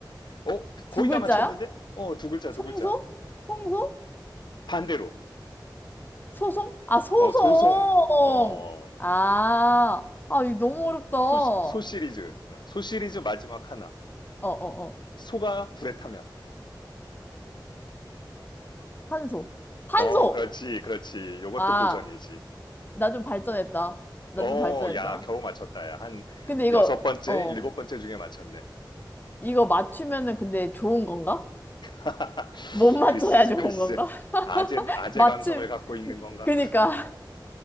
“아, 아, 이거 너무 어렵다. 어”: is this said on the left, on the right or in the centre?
Left